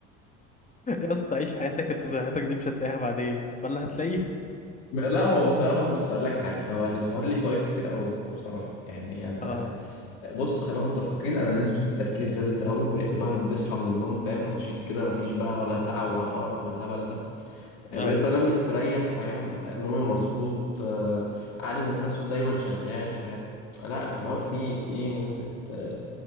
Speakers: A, on the left (about 20°); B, on the left (about 75°).
A: <laughs> يا اسطى عيش حياتك انت صحتك دي مش هتلاقيها بعدين ولا هتلاقيها
B: لا هو بصراحة بص أقول لك حاجة هو الحوار ليه فوائد كتير قوي يا اسطى بصراحة يعني أنت
A: اه
B: بص خلينا متفقين أنا نسبة التركيز زادت قوي بقيت الواحد بيصحى من النوم فاهم نشيط كده مفيش بقى ولا تعب ولا أرق ولا الهبل ده يعني
A: ايوه
B: بقيت بنام مستريح فاهم نومي مظبوط آه، عقلي ذات نفسه دايما شغال فاهم لا الحوار فيه فيه نسبة آه،